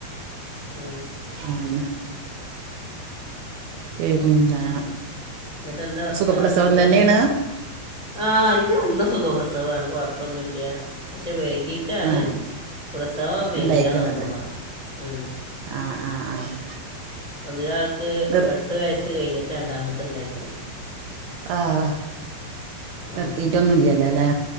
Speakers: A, on the left (about 15°); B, on the right (about 75°).
A: മ്
B: അതന്നെ പിന്നെ
A: എന്നിട്ട് എന്താ വർത്താനം
B: സുഖപ്രസവം
A: സുഖല്ലേ?
B: തന്നെയാണ്
A: ആ എനിക്ക് നല്ല സുഖപ്രസവാണ്. കൊഴപ്പമൊന്നുമില്ല പക്ഷെ വൈകി ട്ടാണ്
B: ആഹ്
A: പ്രസവം വരാന്നർഞ്ഞ്
B: ഉണ്ടായിക്കണത്
A: ഉമ്മ ഉം
B: ആഹ് ആഹ് ആഹ്
A: ഒന്നൊരാൾക്ക്
B: നിർ
A: എട്ട് വയസ്സ് കഴിഞ്ഞിട്ട് രണ്ടാമത്തെണ്ടായിക്ക്ണ്.
B: ആഹ് നിർത്തിട്ടൊന്നുംല്ല്യല്ലേ
A: ഉം.
B: ല്ലെ